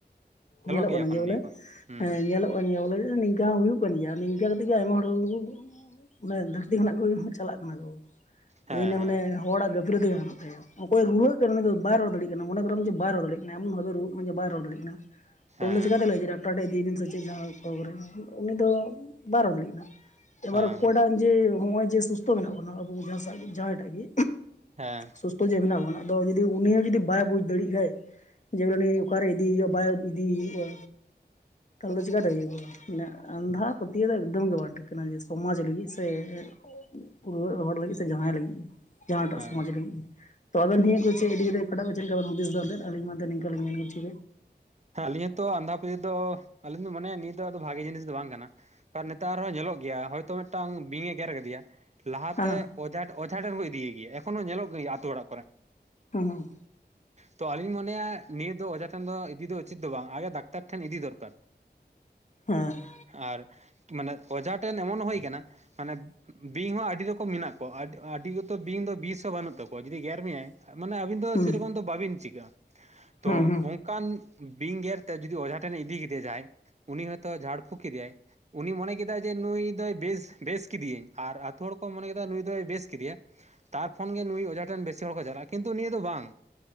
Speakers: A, on the left (about 45°); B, on the right (about 40°).
A: ᱧᱮᱞᱚᱜ
B: ᱜᱮᱭᱟ
A: ᱠᱟᱱᱟ
B: ᱮᱠᱷᱚᱱᱳ
A: ᱡᱮ ᱵᱚᱞᱮ
B: ᱱᱤᱭᱟᱹ ᱠᱚ ᱦᱩᱸ
A: ᱦᱮᱸ ᱧᱮᱞᱚᱜ᱾ ᱦᱩᱭᱩᱜ ᱠᱟᱱ ᱜᱮᱭᱟ ᱵᱚᱞᱮ ᱱᱤᱝᱠᱟ ᱦᱚᱸ ᱦᱩᱭᱩᱜ ᱠᱟᱱ ᱜᱮᱭᱟ ᱱᱤᱝᱠᱟ ᱠᱟᱛᱮᱜ ᱜᱮ ᱟᱭᱢᱟ ᱦᱚᱲ ᱠᱚᱜᱮ ᱠᱩ᱾ ᱵᱚᱞᱮ ᱫᱷᱟᱹᱨᱛᱤ ᱠᱷᱚᱱᱟᱜ ᱠᱚ ᱪᱟᱞᱟᱜ ᱠᱟᱱᱟ ᱠᱚ
B: ᱦᱮᱸ
A: ᱮ ᱤᱱᱟᱸᱜ ᱢᱟᱱᱮ ᱦᱚᱲᱟᱜ ᱜᱟᱹᱯᱞᱟᱹ <inaudible> ᱚᱠᱚᱭ ᱨᱩᱣᱟᱹᱜ ᱠᱟᱱᱟ ᱩᱱᱤ ᱫᱚ ᱵᱟᱭ ᱨᱚᱲ ᱫᱟᱲᱮᱜ ᱠᱟᱱᱟ ᱢᱚᱱᱮ ᱠᱚᱨᱚ ᱱᱩᱭ ᱡᱮ ᱵᱟᱭ ᱨᱚᱲ ᱫᱟᱲᱮᱜ ᱠᱟᱱᱟ ᱮᱢᱚᱱ ᱵᱷᱟᱵᱮ ᱨᱩᱣᱟᱹᱜ ᱠᱟᱱᱟ ᱵᱟᱭ ᱨᱚᱲ ᱫᱟᱲᱭᱟᱜ ᱠᱟᱱᱟ᱾
B: ᱦᱮᱸ
A: ᱛᱚ ᱩᱱ ᱫᱚ ᱪᱤᱠᱠᱟᱛᱮ ᱞᱟᱹᱭ ᱰᱟᱠᱛᱟᱨ ᱴᱷᱮᱱ ᱤᱫᱤᱭᱮ ᱵᱤᱱ ᱥᱮ ᱪᱮᱫ ᱡᱟᱦᱟᱸ ᱠᱚᱨᱮ ᱩᱱᱤ ᱫᱚ᱾ ᱵᱟᱭ ᱨᱚᱲ ᱫᱟᱲᱮᱭᱟᱜ ᱠᱟᱱᱟ ᱮᱵᱟᱨ
B: ᱦᱮᱸ ᱦᱮᱸ
A: ᱚᱠᱚᱭᱴᱟᱝ ᱡᱮ ᱱᱚᱜ ᱚᱭ ᱡᱮ ᱥᱩᱥᱛᱷ ᱢᱮᱱᱟᱜ ᱵᱚᱱᱟ ᱟᱵᱚ ᱡᱟᱦᱟ ᱡᱟᱦᱟᱸᱭ ᱴᱟᱜ ᱜᱮ᱾
B: ᱦᱮᱸ᱾
A: ᱥᱩᱥᱛᱷᱚ ᱡᱮ ᱢᱮᱱᱟᱜ ᱵᱚᱱᱟ ᱡᱩᱫᱤ ᱩᱱᱤ ᱦᱚᱸ ᱡᱩᱫᱤ ᱵᱟᱭ ᱵᱩᱡᱽ ᱫᱟᱲᱮᱜ ᱠᱷᱟᱡ᱾ ᱡᱮ ᱢᱟᱱᱮ ᱚᱠᱟᱨᱮ ᱤᱫᱤᱭᱮ ᱦᱩᱭᱩᱜᱼᱟ ᱵᱟᱭ ᱤᱫᱤᱭᱮ ᱦᱩᱭᱩᱜᱼᱟ ᱛᱟᱦᱚᱞᱮ ᱫᱚ ᱪᱮᱠᱟᱛᱮ ᱦᱩᱭᱩᱜᱼᱟ᱾ ᱟᱸᱫᱷᱟ ᱯᱟᱹᱛᱭᱟᱹᱣ ᱫᱚ ᱮᱠᱫᱚᱢ ᱜᱮ ᱵᱟᱝ ᱴᱷᱤᱠ ᱠᱟᱱᱟ ᱡᱮ ᱥᱚᱢᱟᱡᱽ ᱞᱟᱹᱜᱤᱫ ᱥᱮ ᱾ ᱯᱩᱨᱣᱟᱹᱜ ᱦᱚᱲ ᱞᱟᱹᱜᱤᱫ᱾ ᱡᱟᱦᱟᱸᱭ ᱞᱟᱹᱜᱤᱫ ᱜᱮ ᱡᱟᱦᱟᱸ ᱴᱟᱜ
B: ᱦᱮᱸ
A: ᱥᱚᱢᱟᱡᱽ ᱞᱟᱹᱜᱤᱫ ᱜᱮ ᱛᱚ ᱟᱵᱮᱱ ᱱᱤᱭᱟᱹ ᱠᱚ ᱪᱮᱫ ᱤᱫᱤ ᱠᱟᱛᱮ ᱚᱠᱟᱴᱟᱜ ᱪᱮᱫ ᱞᱮᱠᱟ ᱵᱤᱱ ᱦᱩᱫᱤᱥ ᱫᱟ᱾ ᱛᱟᱦᱞᱮᱫ ᱟᱹᱞᱤᱧ ᱢᱟᱱᱛᱮᱫ ᱱᱤᱝᱠᱟᱹᱞᱤᱧ ᱢᱮᱱᱪᱚ ᱠᱮᱫ᱾
B: ᱦᱮᱸ ᱟᱞᱤᱧ ᱦᱚᱸᱛᱚ ᱟᱸᱫᱷᱟ ᱯᱟᱹᱛᱭᱟᱹ ᱫᱚ ᱟᱞᱤᱧ ᱫᱚ ᱢᱟᱱᱮ ᱱᱤᱭᱟᱹ ᱫᱚ ᱵᱷᱟᱜᱤ ᱡᱤᱱᱤᱥ ᱫᱚ ᱵᱟᱝ ᱠᱟᱱᱟ᱾ ᱟᱨ ᱱᱮᱛᱟᱨ ᱦᱚᱸ ᱧᱮᱞᱚᱜ ᱜᱮᱭᱟ ᱦᱚᱭᱛᱚ ᱢᱤᱫᱴᱟᱝ ᱵᱤᱧ ᱮ ᱜᱮᱨ ᱠᱟᱫᱮᱭᱟ᱾ ᱞᱟᱦᱟᱛᱮ
A: ᱦᱮᱸ
B: ᱚᱡᱷᱟ ᱚᱡᱷᱟ ᱴᱷᱮᱱ ᱠᱚ ᱤᱫᱤᱭᱮ ᱜᱮᱭᱟ ᱮᱠᱷᱚᱱᱳ ᱧᱮᱞᱚᱜ ᱠᱟᱱ ᱜᱮᱭᱟ ᱟᱹᱛᱩ ᱚᱲᱟᱜ ᱠᱚᱨᱮ᱾
A: ᱦᱮᱸ
B: ᱛᱚ ᱟᱞᱤᱧ ᱢᱚᱱᱮᱭᱟ ᱱᱤᱭᱟᱹ ᱫᱚ ᱚᱡᱷᱟ ᱴᱷᱮᱱ ᱫᱚ ᱤᱫᱤ ᱫᱚ᱾ ᱩᱪᱤᱛ ᱫᱚ ᱵᱟᱝ ᱟᱜᱮ ᱰᱟᱠᱛᱟᱨ ᱴᱷᱮᱱ ᱤᱫᱤ ᱫᱚᱨᱠᱟᱨ᱾
A: ᱦᱮᱸ
B: ᱟᱨ ᱢᱟᱱᱮ ᱚᱡᱷᱟ ᱴᱷᱮᱱ ᱮᱢᱚᱱ ᱦᱩᱭ ᱠᱟᱱᱟ ᱢᱟᱱᱮ᱾ ᱵᱤᱧ ᱦᱚᱸ ᱟᱹᱰᱤ ᱨᱚᱠᱚᱢ ᱢᱮᱱᱟᱜ ᱠᱚᱣᱟ ᱟᱹᱰᱤ ᱜᱮᱛᱚ ᱵᱤᱧ ᱫᱚ ᱵᱤᱥ ᱦᱚᱸ ᱵᱟᱹᱱᱩᱜ ᱛᱟᱠᱚᱣᱟ ᱡᱩᱫᱤ ᱜᱮᱨ ᱢᱮᱭᱟᱭ ᱢᱟᱱᱮ ᱟᱵᱤᱱ᱾ ᱫᱚ
A: ᱦᱩᱸ
B: ᱥᱮᱨᱚᱠᱚᱢ ᱫᱚ ᱵᱟᱹᱵᱤᱱ ᱪᱤᱠᱼᱟ ᱛᱚ
A: ᱦᱩᱸ ᱦᱩᱸ
B: ᱚᱱᱠᱟᱱ᱾ ᱵᱤᱧ ᱜᱮᱨ ᱛᱮ ᱡᱩᱫᱤ ᱚᱡᱷᱟ ᱴᱷᱮᱱᱮ ᱤᱫᱤ ᱠᱮᱫᱮᱟᱭ ᱡᱟᱦᱟᱸᱭ ᱩᱱᱤ ᱦᱚᱭᱛᱳ ᱡᱷᱟᱲ ᱯᱷᱩᱸ ᱠᱮᱫᱮᱭᱟᱭ᱾ ᱩᱱᱤ ᱢᱚᱱᱮ ᱠᱮᱫᱟᱭ ᱡᱮ ᱱᱩᱭ ᱫᱚᱭ ᱵᱮᱥ ᱵᱮᱥ ᱠᱮᱫᱮᱧ ᱟᱨ ᱟᱛᱩ ᱦᱚᱲ ᱠᱚ ᱢᱚᱱᱮ ᱠᱮᱫᱟ ᱱᱩᱭ ᱫᱚᱭ ᱵᱮᱥ ᱠᱮᱫᱮᱭᱟ᱾ ᱛᱟᱨ ᱯᱷᱚᱱ ᱜᱮ ᱱᱩᱭ ᱚᱡᱷᱟ ᱴᱷᱮᱱ ᱵᱮᱥᱤ ᱦᱚᱲ ᱠᱚ ᱪᱟᱞᱟᱜᱼᱟ ᱠᱤᱱᱛᱩ ᱱᱤᱭᱟᱹ ᱫᱚ ᱵᱟᱝ᱾